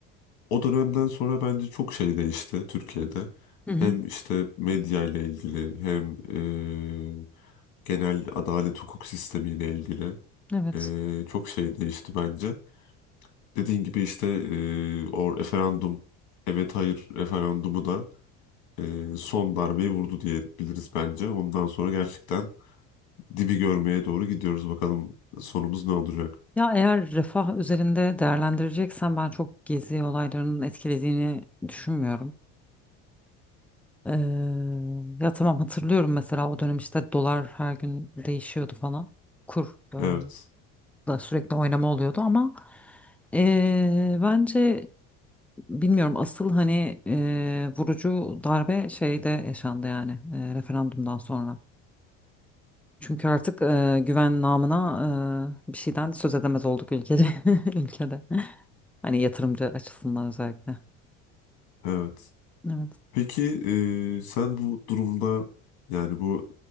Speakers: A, on the left (about 70°); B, in the centre.
A: O dönemden sonra bence çok şey değişti Türkiye'de.
B: Hı hı.
A: Hem işte medya ile ilgili hem e, genel adalet hukuk sistemi ile ilgili
B: Evet.
A: e, çok şey değişti bence. Dediğin gibi işte e, o referandum evet hayır referandumu da e, son darbeyi vurdu diyebiliriz bence. Ondan sonra gerçekten dibi görmeye doğru gidiyoruz. Bakalım sonumuz ne olacak?
B: Ya eğer refah üzerinde değerlendireceksen ben çok gezi olaylarının etkilediğini düşünmüyorum. Ee, ya tamam hatırlıyorum mesela o dönem işte dolar her gün değişiyordu falan. Kur e,
A: Evet.
B: da sürekli oynama oluyordu ama e, bence bilmiyorum asıl hani e, vurucu darbe şeyde yaşandı yani e, referandumdan sonra. Çünkü artık e, güven namına e, bir şeyden söz edemez olduk ülkede. <laughs> ülkede. Hani yatırımcı açısından özellikle.
A: Evet.
B: Evet.
A: Peki e, sen bu durumda yani bu